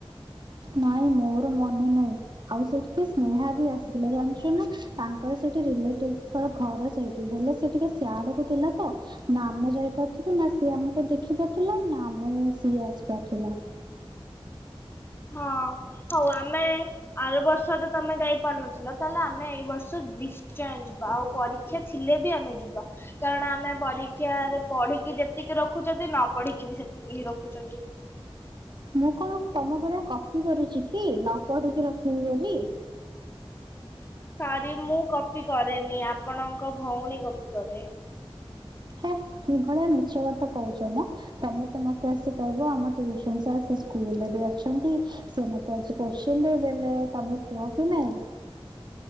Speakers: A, on the right; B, on the left.
A: ନାଇଁ ମୋର ମନେ ନାହିଁ। ଆଉ ସେଇଠିକି ସ୍ନେହା ବି ଆସିଥିଲା ଜାଣିଛୁ ନା? ତାଙ୍କର ସେଇଠି ରିଲେଟିଭଙ୍କର ଘର ସେଇଠି ହେଲେ, ସେ ଟିକେ ସିଆଡକୁ ଥିଲା ତ ନା ଆମେ ଯାଇପାରୁଥିଲୁ, ନା ସିଏ ଆମକୁ ଦେଖି ପାରୁଥିଲା, ନା ଆମେ ସିଏ ଆସିପାରୁଥିଲା।
B: ହଁ ହଉ ଆମେ ଆର ବର୍ଷ ତ ତମେ ଯାଇପାରୁନଥିଲ, ତାହେଲେ ଆମେ ଏଇ ବର୍ଷ ଯି ନିଶ୍ଚୟ ଯିବା ଆଉ ପରୀକ୍ଷା ଥିଲେ ବି ଆମେ ଯିବା। କାରଣ ଆମେ ପରୀକ୍ଷାରେ ପଢିକି ଯେତିକି ରଖୁଛନ୍ତି, ନ ପଢିକି ବି ସେତିକି ହିଁ ରଖୁଛନ୍ତି।
A: ମୁଁ କଣ ତମ ଭଳିଆ କଫି କରୁଛି କି ନ ପଢିକି ରଖିବି ବୋଲି।
B: ସରି ମୁଁ କପି କରେନି ଆପଣଙ୍କ ଭଉଣୀ କପି କରେ।
A: ହେଁ କିଭଳିଆ ମିଛ କଥା କହୁଛ ମ, ତମେ ତ ମତେ ଆସି କହିବ ଆମ ଟ୍ୟୁସନ ସାର୍ ସେ ସ୍କୁଲରେ ବି ଅଛନ୍ତି। ସେ ମତେ ଆଜି କୋଶ୍ଚିନ୍ ଦେଇଦେଲେ ତମେ କୁହ କି ନାଇଁ?